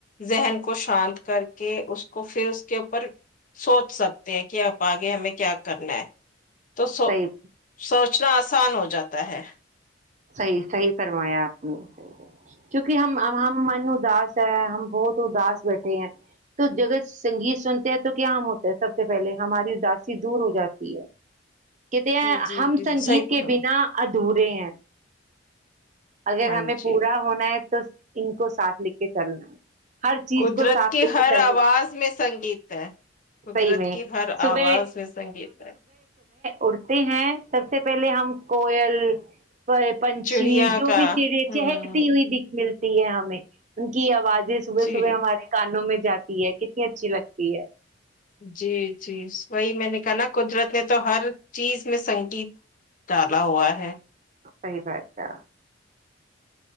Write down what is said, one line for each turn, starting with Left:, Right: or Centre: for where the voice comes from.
Left: ذہن کو شانت کر کے اس کو پھر اس کے اوپر سوچ سکتے ہیں کہ آپ آگے ہمیں کیا کرنا ہے تو سو
Right: صحیح
Left: سوچنا آسان ہو جاتا تا ہے
Right: صحیح صحیح فرمایا آپ نے کیونکہ ہم ہم من اداس ہے ہم بہت اداس بیٹھے ہیں تو جگہ سنگیت سنتے ہیں تو کیا ہم ہوتے ہیں سب سے پہلے ہماری اداسی دور ہو جاتی ہے کہتے ہیں
Left: جی جی
Right: ہم
Left: بالکل
Right: سنگیت
Left: صحیح
Right: کے
Left: کہا۔
Right: بنا ادورے ہیں اگر
Left: ہاں
Right: ہمیں پورا
Left: جی
Right: ہونا ہے تو تو ان کو ساتھ لے کے چلنا ہے ہر چیز
Left: قدرت
Right: کو ساتھ
Left: کی
Right: لے
Left: ہر
Right: کے چلتے
Left: آواز
Right: ہیں۔
Left: میں سنگیت ہے قدرت
Right: صحیح میں
Left: کی ہر
Right: صبح
Left: آواز میں سنگیت ہے
Right: اڑتے ہیں سب سے پہلے ہم کوئل پنچھی
Left: چڑیا
Right: جو
Left: کا
Right: بھی چڑی
Left: ہوں
Right: چہکتی ہوئی دکھ مل تی ہے ہمیں ان کی ا اوازیں صبح
Left: جی
Right: صبح ہمارے کانوں میں جاتی ہے کتنی اچھی لگتی ہے
Left: جی جی وہی میں نے کہا نا قدرت نے تو ہر چیز میں سنگیت ڈالا ہوا ہے
Right: صحیح بات ہے